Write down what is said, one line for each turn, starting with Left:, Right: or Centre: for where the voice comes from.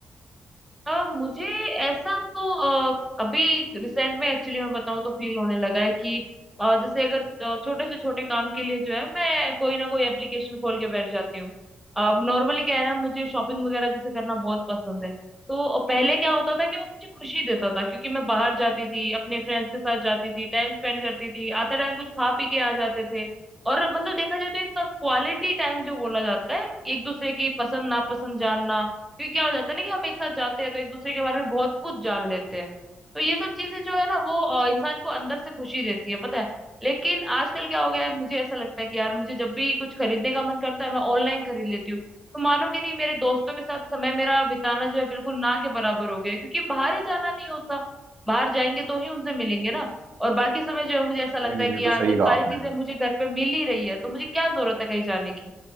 Centre: अ, मुझे ऐसा तो अ, अभी रिसेंट में एक्चुअली मैं बताऊं तो फील होने लगा है कि अ, जैसे अगर अ, छोटे से छोटे काम के लिए जो है मैं कोई ना कोई एप्लीकेशन खोल के बैठ जाती हूँ अब नॉर्मली क्या है ना मुझे शॉपिंग वगैरह जैसे करना बहुत पसंद है तो पहले क्या होता था कि वो मुझे खुशी देता था क्योंकि मैं बाहर जाती थी अपने फ्रेंड्स के साथ जाती थी टाइम स्पेंड करती थी आते टाइम कुछ खा पी के आ जाते थे और मतलब देखा जाए तो एक क्वालिटी टाइम जो बोला जाता है एक दूसरे की पसंद नापसंद जानना क्योंकि क्या हो जाता है ना कि हम एक साथ जाते हैं तो एक दूसरे के बारे में बहुत कुछ जान लेते हैं तो ये सब चीजें जो है ना वो अ, इंसान को अंदर से खुशी देती है पता है लेकिन आजकल क्या हो गया है मुझे ऐसा लगता है कि यार मुझे जब भी कुछ खरीदने का मन करता है मैं ऑनलाइन खरीद लेती हूँ तो मानोगे नहीं मेरे दोस्तों के साथ समय मेरा बिताना जो है बिल्कुल ना के बराबर हो गया है, क्योंकि बाहर ही जाना नहीं होता बाहर जाएंगे तो ही उनसे मिलेंगे ना और बाकी समय जो है मुझे ऐसा लगता
Right: नहीं नहीं
Centre: है कि
Right: ये
Centre: यार
Right: तो सही
Centre: जब
Right: कहा
Centre: सारी
Right: आपने
Centre: चीजें मुझे घर पे मिल ही रही है तो मुझे क्या जरूरत है कहीं जाने की